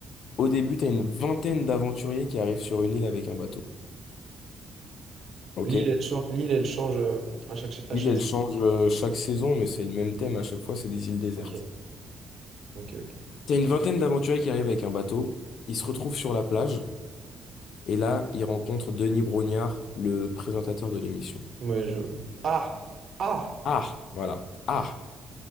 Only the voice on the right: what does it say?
L'île, elle, chan- l'île, elle change euh, à chaque, à
chaque
saison.
Ok. Ok, ok.
Ouais, je... Ah! Ah!